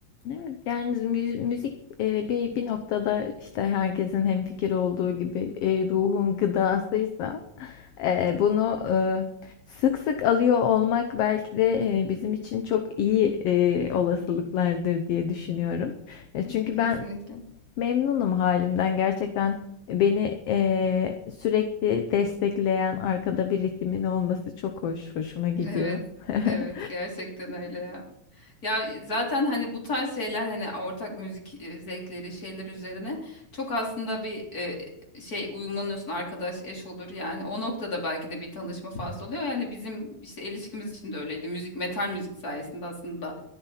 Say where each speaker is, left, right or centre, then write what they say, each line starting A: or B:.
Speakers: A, on the left; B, on the left.
A: Evet yani mü- müzik e, bir bir noktada işte herkesin hemfikir olduğu gibi e, ruhun gıdasıysa Eee, bunu, ııı, sık sık alıyor olmak belki de, eee, bizim için çok iyi, eee, olasılıklardır diye düşünüyorum. E, çünkü
B: Kesinlikle.
A: ben memnunum halimden Gerçekten beni, eee, sürekli destekleyen arkada bir ritimin olması çok hoş, hoşuma gidiyor.
B: Evet,
A: <laughs>
B: evet gerçekten öyle ya. Ya zaten hani bu tarz şeyler hani ortak müzik e, zevkleri şeyler üzerine çok aslında bir e, şey uyumlanıyorsun arkadaş eş olur yani o noktada belki de bir tanışma faslı oluyor yani bizim işte ilişkimiz için de öyleydi müzik metal müzik sayesinde aslında